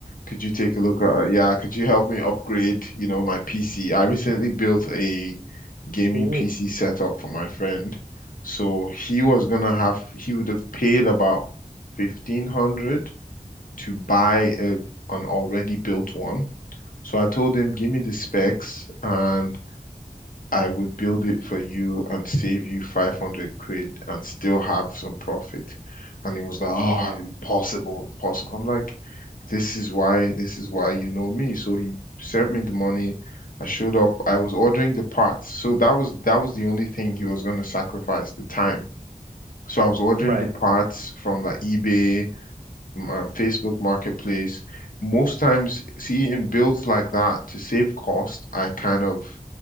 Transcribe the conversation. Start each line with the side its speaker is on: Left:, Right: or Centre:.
Left: Could you take a look at, yeah, could you help me upgrade, you know, my PC? I recently built a gaming
Right: Ooh.
Left: PC setup for my friend. So he was gonna have, he would have paid about 1500 to buy a, an already built one. So I told him, give me the specs and I would build it for you and save you 500 quid and still have some profit. And he was like, oh,
Right: Wow.
Left: impossible, impossible. I'm like, this is why, this is why you know me. So he sent me the money. I showed up. I was ordering the parts. So that was that was the only thing he was going to sacrifice, the time. So I was ordering
Right: Right.
Left: the parts from like eBay um, Facebook Marketplace. Most times, see, in builds like that, to save cost, I kind of